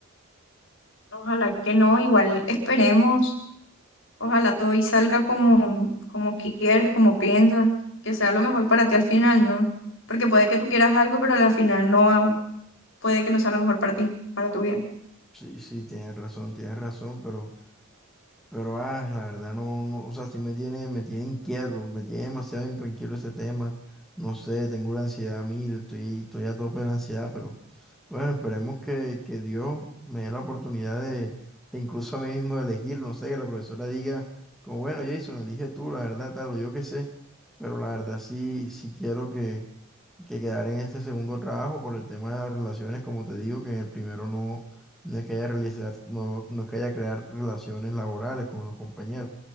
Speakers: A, on the left; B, in the centre.
A: Ojalá que no, igual esperemos. Ojalá todo y salga como, como quieres, como piensas, que sea lo mejor para ti al final, ¿no? Porque puede que tú quieras algo, pero al final no, puede que no sea lo mejor para ti, para tu vida.
B: Sí, sí, tienes razón, tienes razón, pero, pero ah, la verdad no, no, o sea, sí me tiene, me tiene inquieto, me tiene demasiado intranquilo ese tema. No sé, tengo la ansiedad a mil, estoy, estoy a tope de la ansiedad, pero. Bueno, esperemos que, que Dios me dé la oportunidad de, de incluso a mí mismo elegir, no sé, que la profesora diga, como bueno, Jason, elige tú, la verdad, tal, o yo qué sé, pero la verdad sí, sí quiero que, que quedar en este segundo trabajo por el tema de las relaciones, como te digo, que en el primero no, no es que haya realizar, no, no es que haya crear relaciones laborales con los compañeros,